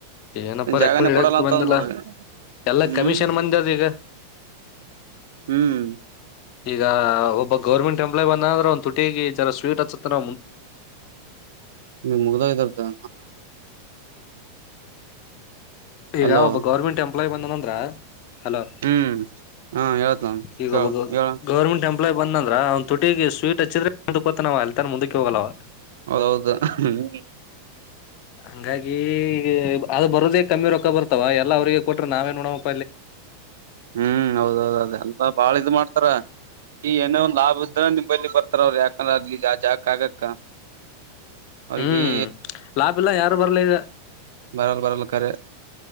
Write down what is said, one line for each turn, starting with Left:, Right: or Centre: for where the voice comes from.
Left: ಏನಪ್ಪಾ
Right: ಜಾಗನೇ
Left: ರೆಕಮೆಂಡ್ ಇಡಕ್
Right: ಕೊಡಲ್ಲ ಅಂತ
Left: ಬಂದಿಲ್ಲ
Right: ಅಂದ್ಬಿಡ್ರಿ
Left: ಎಲ್ಲಾ
Right: ಹ್ಮ್ಮ್.
Left: ಕಮಿಷನ್ ಮಂದಿ ಅದ ಈಗ
Right: ಹ್ಮ್
Left: ಈಗ ಒಬ್ಬ ಗೌರ್ಮೆಂಟ್ ಎಂಪ್ಲಾಯ್ ಬಂದ್ರೆ ಒಂದು ತುಟಿಗೆ ಜರ ಸ್ವೀಟ್ ಹಚ್ಚತನ್
Right: ಮ ಮುಗಧಾವ ಇರ್ದುದು.
Left: ಈಗ
Right: ಅಲೋ
Left: ಒಬ್ಬ ಗೌರ್ಮೆಂಟ್ ಎಂಪ್ಲಾಯಿ ಬಂದನಂದ್ರ. ಹಲೋ
Right: ಹ್ಮ್ ಹಾ ಹೇಳ್ತ
Left: ಈಗ
Right: ಕೇಳ
Left: ಒಬ್ಬ
Right: ಹೇಳ
Left: ಗೌರ್ಮೆಂಟ್ಟ ಎಂ. ಬಂದ ಅಂದ್ರ ಅವನ್ ತುಟಿಗೆ ಸ್ವೀಟ್ ಹಚ್ಚಿದ್ರ. ಮುಂದಕ್ಕ ಹೊತನವ ಅಲ್ತಾನ ಮುಂದಕ್ಕೆ ಹೋಗಲ್ಲವ.
Right: ಹೌದೌದು ಹ್ಮ್
Left: ಹಂಗಾಗಿ ಅದ ಬರೋದೇ ಕಮ್ಮಿ ರೊಕ್ಕ ಬರ್ತವ ಎಲ್ಲ ಅವ್ರರಿಗೆ ಕೊಟ್ರೆ ನಾವೇನ್ ಉಣ್ಬೆಕ್
Right: ಹ್ಮ್ ಹೌದೌದ ಅದ ಎಲ್ಲ ಬಾಳ ಇದ್ ಮಾಡ್ತಾರ. ಈ ಏನೋ ಒಂದ್ ಲಾಭ ಇದ್ರ ನಿಮ್ ಬಲ್ಲಿ ಬರ್ತಾರ ಅವ್ರರು ಯಾಕಂದ್ರ ಅ ಜಾಕ ಆಗಕ್ಕ. ಅವರಿಗಿ
Left: ಹ್ಮ್ ಲಾಭ ಇಲ್ಲ ಯಾರು ಬರ್ಲಿ ಈಗ
Right: ಬರಲ ಬರಲ ಕರೆ.